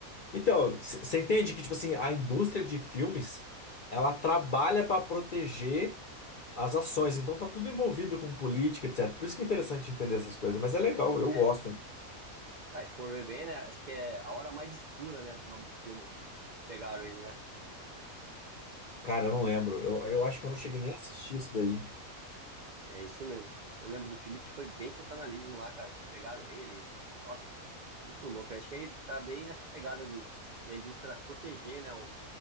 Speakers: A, on the left (about 55°); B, on the right (about 75°).
A: Então, você entende que, tipo assim, a indústria de filmes, ela trabalha pra proteger as ações. Então tá tudo envolvido com política, etc. Por isso que é interessante entender essas coisas. Mas é legal, eu
B: É.
A: gosto. né?
B: Ah, se for ver bem, né? Acho que é A Hora Mais Escura, né? Acho que é o nome do filme que pegaram ele, né?
A: Cara, eu não lembro. Eu, eu acho
B: É,
A: que eu não cheguei nem a assistir isso daí.
B: é isso mesmo. Eu lembro do filme que foi bem sensacionalismo lá, cara, que pegaram ele. Nossa, muito louco. Acho que ele tá bem nessa pegada de, de a indústria proteger, né, o